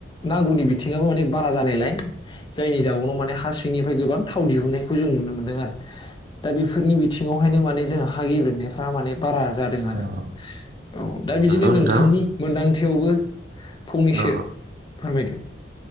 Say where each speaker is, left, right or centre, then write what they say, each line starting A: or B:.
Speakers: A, on the left; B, on the right.
A: नांगौनि बिथिङाबो माने बारा जानायलाय जायनि जउनाव माने हा सिं निफ्राय गोबां थाव दिहुननायखौ जों नुनो मोनदों आरो। दा बेफोरनि बिथिङावहायनो माने जों हा गेब्रेंनाय फ्रा माने बारा जादों आरो।
B: औ औ
A: औ दा बिदिनो
B: नंगौ नोंथां
A: नोंथांनि मोनदांथियावबो फंनैसो
B: औ
A: फोरमायदो